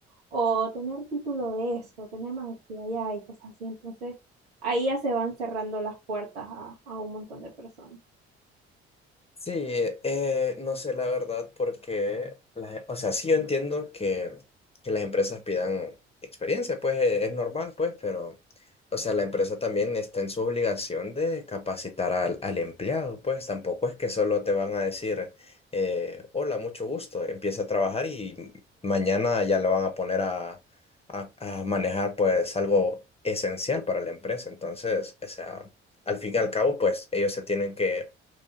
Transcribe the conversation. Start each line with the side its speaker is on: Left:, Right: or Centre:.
Right: o tener título de esto, tener maestría allá y cosas así. Entonces, ahí ya se van cerrando las puertas a, a un montón de personas.
Left: Sí, eh, no sé la verdad porque, o sea, sí yo entiendo que, que las empresas pidan experiencia, pues eh, es normal, pues, pero, o sea, la empresa también está en su obligación de capacitar al, al empleado, pues tampoco es que solo te van a decir, eh, hola, mucho gusto, empieza a trabajar y mañana ya lo van a poner a, a, a manejar, pues, algo esencial para la empresa. Entonces, o sea, al fin y al cabo, pues, ellos se tienen que